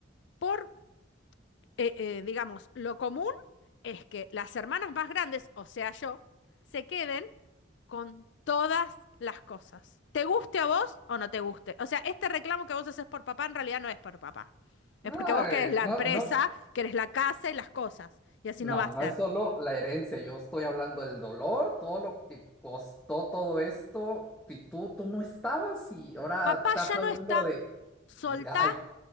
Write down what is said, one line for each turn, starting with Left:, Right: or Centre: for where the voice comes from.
Left: por eh, eh, digamos, lo común es que las hermanas más grandes, o sea yo, se queden con todas las cosas. ¿Te guste a vos o no te guste? O sea, este reclamo que vos haces por papá en realidad no es por papá. Es
Centre: No,
Left: porque vos
Centre: eh,
Left: querés la
Centre: no,
Left: empresa,
Centre: no,
Left: querés la casa y las cosas. Y así
Centre: No,
Left: no va a
Centre: no
Left: ser.
Centre: es solo la herencia, yo estoy hablando del dolor, todo lo que costó todo esto, y tú, tú no estabas y ahora
Left: Papá
Centre: estás
Left: ya
Centre: hablando
Left: no está.
Centre: de,
Left: Soltá
Centre: de- ay,